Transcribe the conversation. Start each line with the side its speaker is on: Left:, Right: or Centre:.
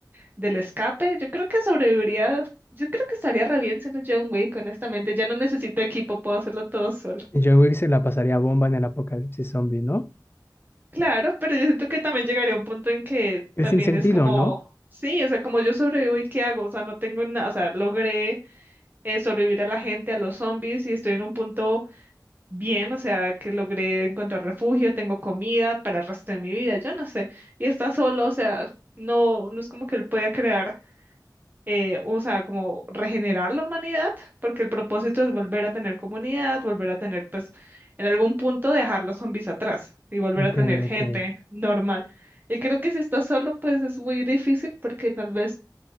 Right: del escape. Yo creo que sobreviviría, yo creo que estaría re bien siendo John Wick, honestamente, ya no necesito equipo, puedo hacerlo todo solo.
Left: John Wick se la pasaría bomba en el apocalipsis zombie, ¿no?
Right: Claro, pero yo siento que también llegaría a un punto en que
Left: El
Right: también
Left: sinsentido,
Right: es como,
Left: ¿no?
Right: sí, o sea, como yo sobrevivo y qué hago, o sea, no tengo nada, o sea, logré eh, sobrevivir a la gente, a los zombies y estoy en un punto bien, o sea, que logré encontrar refugio, tengo comida para el resto de mi vida, yo no sé, y está solo, o sea, no, no es como que él pueda crear eh, o sea, como regenerar la humanidad, porque el propósito es volver a tener comunidad, volver a tener, pues, en algún punto dejar los zombies atrás y volver
Left: Ok,
Right: a tener gente
Left: ok.
Right: normal. Y creo que si estás solo, pues es muy difícil porque tal vez